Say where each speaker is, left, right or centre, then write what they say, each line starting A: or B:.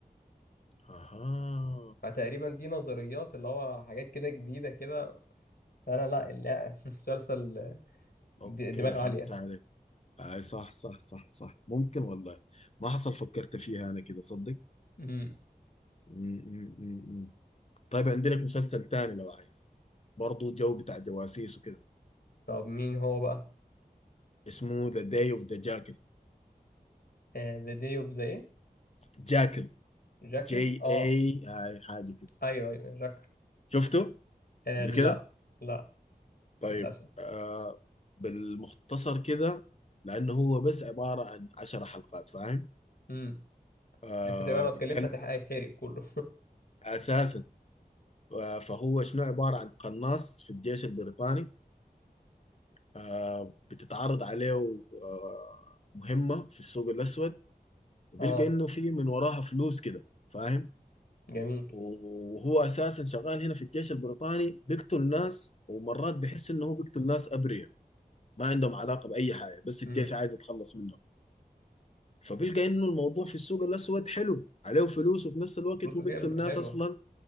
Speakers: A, on the left; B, on the left.
A: اها
B: فتقريبا دي نظريات اللي هو حاجات كده جديدة كده فأنا لا لا <laughs> مسلسل آه، د-
A: اوكي
B: دماغ
A: فهمت
B: عالية
A: عليك اي صح صح صح صح ممكن والله ما حصل فكرت فيها انا كده صدق
B: مم.
A: مم، مم، مم، مم. طيب عندي لك مسلسل تاني لو عايز برضه جو بتاع جواسيس وكده
B: طب مين هو بقى؟
A: اسمه ذا داي اوف ذا جاكل
B: آه، The Day of the إيه؟
A: جاكل
B: جاكل
A: جي
B: اه
A: اي هاي حاجه كده
B: ايوه ايوه جاكل
A: شفته
B: آه
A: قبل
B: لا
A: كده
B: لا
A: طيب
B: للأسف
A: آه بالمختصر كده لأنه هو بس عبارة عن عشر حلقات فاهم
B: مم.
A: آه
B: انت تقريبا لو
A: بيتكلم
B: اتكلمت هتح- هيتحرق كله
A: أساسا آه فهو شنو عبارة عن قناص في الجيش البريطاني آه بتتعرض عليه آه مهمة في السوق الأسود
B: <laughs>
A: وبيلقى
B: اه
A: إنه في من وراها فلوس كده فاهم
B: جميل
A: وهو أساسا شغال هنا في الجيش البريطاني بيقتل ناس ومرات بيحس إنه هو بيقتل ناس أبرياء ما عندهم علاقة بأي حاجة بس الجيش
B: امم
A: عايز يتخلص منهم فبيلقى انه الموضوع في السوق الاسود حلو عليه فلوس وفي نفس الوقت
B: فلوسه
A: هو بيقتل
B: كيل-
A: ناس
B: حلوة
A: اصلا